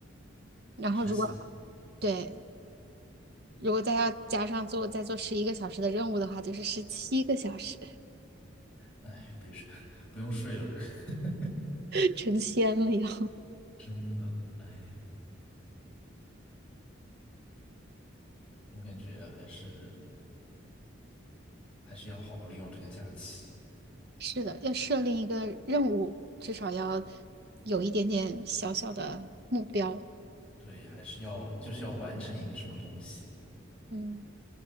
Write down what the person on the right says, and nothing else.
然后如果
对，如果再要加上做再做十一个小时的任务的话，就是十七个小时，
<laughs> 成仙了要。
是的，要设立一个任务，至少要有一点点小小的目标。
嗯，